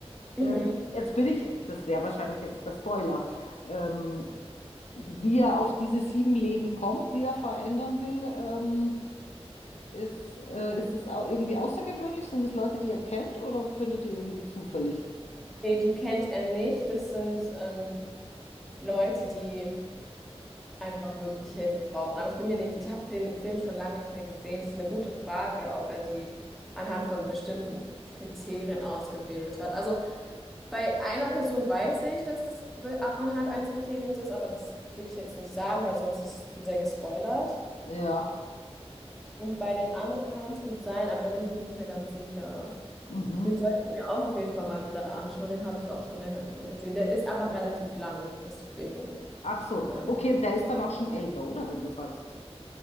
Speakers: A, in the centre; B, on the left.
A: Mhm.
B: Ähm, jetzt bin ich, das wäre wahrscheinlich jetzt der Spoiler, ähm, wie er auf diese sieben Leben kommt, die er verändern will. Ähm, ist, äh, ist das au- irgendwie außergewöhnlich? Sind das Leute, die er kennt oder findet ihr irgendwie zufällig?
A: Nee, die kennt er nicht. Das sind ähm, Leute, die einfach wirklich Hilfe brauchen. Aber ich bin mir nicht, ich habe den Film schon lange nicht mehr gesehen. Es ist eine gute Frage, ob er sie anhand von bestimmten Kriterien ausgewählt hat. Also bei einer Person weiß ich, dass es be- anhand eines Kriteriums ist, aber das würde ich jetzt nicht sagen, weil sonst ist es zu sehr gespoilert.
B: Ja,
A: Und bei den anderen kann es gut sein, aber da bin ich mir nicht mehr ganz sicher.
B: mhm.
A: Den sollte ich mir auch auf jeden Fall mal wieder anschauen. Den habe ich auch schon länger nicht mehr gesehen. Der ist aber relativ lang, deswegen
B: Ach so,
A: ähm,
B: okay, der ist dann auch schon älter, oder? Wenn du sagst,